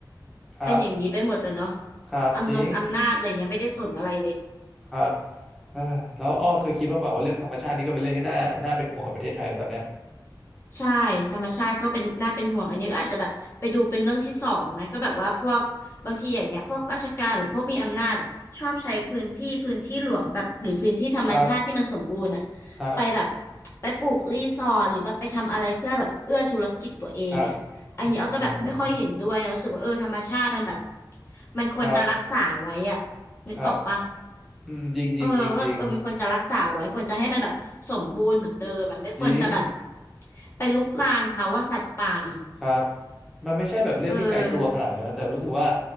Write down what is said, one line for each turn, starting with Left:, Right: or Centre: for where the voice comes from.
Centre: ครับ
Left: เป็นอย่างนี้ไปหมดอะเนาะ
Centre: ครับจริง
Left: อำนงอำนาจอะไรเงี้ยไม่ได้สนอะไรเลย
Centre: ครับเอ้แล้วอ้อเคยคิดบ้างเปล่าว่าเรื่องธรรมชาตินี่ก็เป็นเรื่องที่น่าน่าเป็นห่วงกับประเทศไทยตอนเนี้ย
Left: ใช่ธรรมชาติก็เป็นน่าเป็นห่วงอันนี้ก็อาจจะแบบไปดูเป็นเรื่องที่สองนะก็แบบว่าพวกบางทีอย่างเงี้ยพวกราชการหรือพวกมีอำนาจอ่ะชอบใช้พื้นที่พื้นที่หลวงแบบหรือพื้นที่ธรรมชาติที่มันสมบูรณ์อ่ะ
Centre: ครับครับ
Left: ไปแบบไปปลูกรีสอร์ทหรือแบบไปทำอะไรเพื่อแบบเอื้อธุรกิจตัวเองอ่ะอันนี้อ้อก็แบบไม่ค่อยเห็นด้วยนะรู้สึกว่าเออธรรมชาติมันแบบ
Centre: ครับอืม
Left: มันควรจะรักษาไว้อ่ะ
Centre: ครับ
Left: นึกออกปะ
Centre: ครับอืมจริงจริงจริงจริง
Left: เออว่าแบบเออมันควรจะรักษาไว้ควรจะให้มันแบบสมบูรณ์เหมือนเดิมอะไม่ควรจะแบบ
Centre: จริง
Left: ไปลุกลานเขาว่าสัตว์ป่าอีก
Centre: ครับมันไม่ใช่แบบเรื่องที่ไกลตัวขนาดนั้นนะแต่รู้สึกว่า
Left: เออ